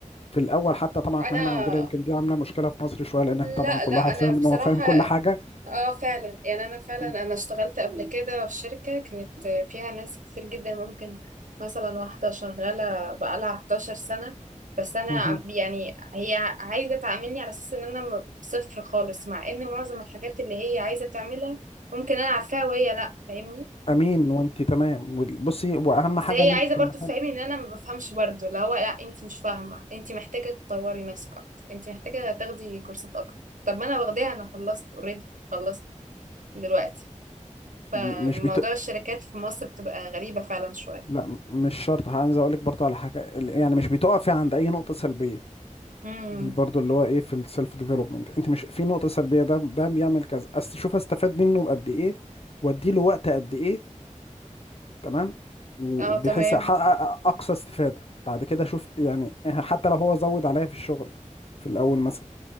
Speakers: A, on the left; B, on the right.
A: في الاول حتى طبعا
B: انا
A: احنا هنا عندنا يمكن دي عامله مشكله في مصر شويه لان
B: لا
A: احنا طبعا كل
B: لا انا
A: واحد فاهم
B: بصراحة
A: ان هو فاهم كل حاجه
B: اه فعلا يعني انا فعلا
A: مم.
B: انا اشتغلت قبل كده في شركة كانت فيها ناس كتير جدا ممكن مثلا واحدة شغالة بقالها 11 سنة بس انا
A: مهم.
B: عم- يعني هي عايزة تعاملني على اساس ان انا م- صفر خالص مع ان معظم الحاجات اللي هي عايزة تعملها ممكن انا عارفاها وهي لا فاهمني
A: امين وانت تمام وال- بصي واهم
B: بس
A: حاجه
B: هي
A: ان
B: عايزة
A: انت في
B: برضو
A: المكان
B: تفهمني ان انا ما بفهمش برضو اللي هو لا انت مش فاهمة انت محتاجة تطوري نفسك اكتر انت محتاجة تاخدي كورسات اكتر طب ما انا واخداها انا خلصت اوريدي خلصت دلوقتي فموضوع
A: م- مش بت...
B: الشركات في مصر بتبقى غريبة فعلا شوية
A: لا مش شرط عايز اقول لك برضه على حاجه ال- يعني مش بتقفي عند اي نقطه سلبيه
B: امم
A: دي برضه اللي هو ايه في السيلف ديفلوبمنت انت مش في نقطه سلبيه ده ده بيعمل كذا أس- شوف استفاد منه بقد ايه وادي له وقت قد ايه تمام و-
B: اه
A: وبحيث
B: تمام
A: احقق اقصى استفاده بعد كده شوف يعني إيه، حتى لو هو زود عليا في الشغل في الاول مثلا